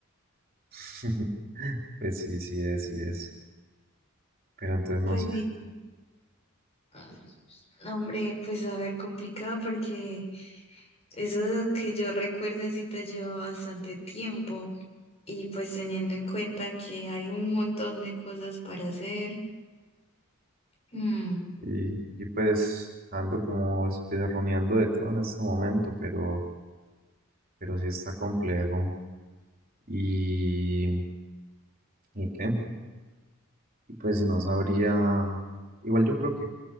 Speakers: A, on the right; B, on the left.
A: <laughs> Pues sí, sí es, sí es. Pero entonces no
B: Pues
A: sé.
B: sí. Ah, Hombre, pues a ver, complicado porque eso es lo que yo recuerde si te lleva bastante tiempo y pues teniendo en cuenta que hay un montón de cosas para hacer. mm,
A: Y, y pues ando como espirroneando de todo en este momento, pero, pero sí está complejo. Y, ¿y qué? Y pues si no sabría, igual yo creo que,